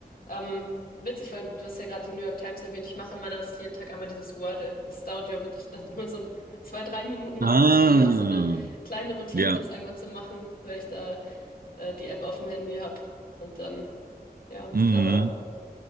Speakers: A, on the left; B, on the right.
A: ähm, witzig, weil du hast ja gerade die New York Times erwähnt, ich mache immer das jeden Tag einmal dieses Wordle. Es dauert ja wirklich dann nur so ein, zwei, drei Minuten,
B: Ah,
A: aber es ist bei mir auch so eine kleine Routine,
B: ja.
A: das einmal zu machen, weil ich da äh, die App auf dem Handy habe und dann, ja,
B: Mhm.
A: aber